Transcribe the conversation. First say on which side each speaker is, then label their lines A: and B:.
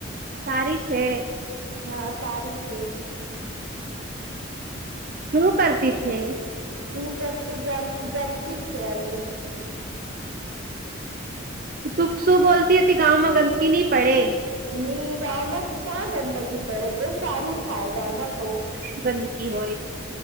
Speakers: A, on the right; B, on the right.
A: સારી છે.
B: હા સારી છે.
A: હું કરતી છે.
B: હું કરતી જમ જમતી છે હજુ
A: તું શું બોલતી હતી ગાંમાં ગંદકી નહી પડે.
B: ની ગામમાં ક્યાં ગંદગી પડે બહુ સારું થાય ગામમાં તો.
A: લી ગંદકી હોય છે.